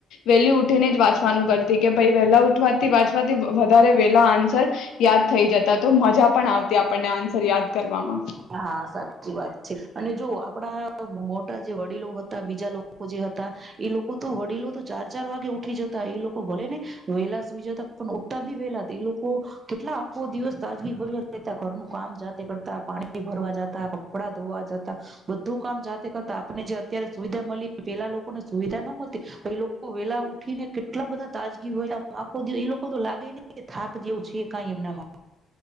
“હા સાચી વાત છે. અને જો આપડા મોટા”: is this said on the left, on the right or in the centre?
Right